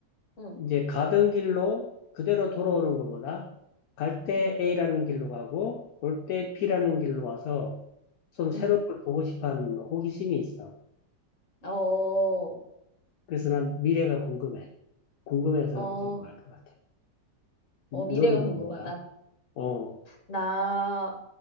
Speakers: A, on the left (about 45°); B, on the left (about 65°).
A: 응,
B: 이제 가던 길로 그대로 돌아오는 것보다, 갈 때
A: 응,
B: A라는 길로 가고, 올 때 B라는
A: 응,
B: 길로 와서, 좀 새로운
A: 응.
B: 걸 보고 싶어 하는 호기심이 있어.
A: 어,
B: 그래서 난 미래가 궁금해. 궁금해서
A: 어,
B: 그쪽으로 갈 것 같아. 너는
A: 어, 미래가 궁금하다.
B: 뭐 뭐야? 어,
A: 나,